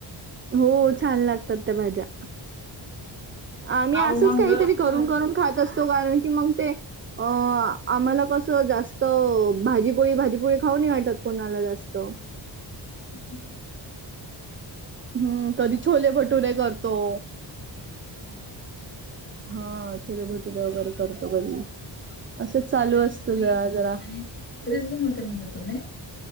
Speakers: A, on the right; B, on the left.
A: हो छान लागतात, त्या भाज्या. आम्ही
B: पाव
A: असंच
B: मग
A: काहीतरी
B: गरम
A: करून
B: करायचे.
A: करून खात असतो. कारण की मग ते, अ आम्हाला कसं जास्त भाजी पोळी, भाजी पोळी खाऊ नाही वाटत कुणाला जास्त.
B: ऍ <inaudible>
A: हम्म. कधी छोले भटूरे करतो.
B: हां. हां.
A: हां.. छोले भटुरे वगैरे करतो कधी. असंच
B: <unintelligible>
A: चालू असतं जरा जरा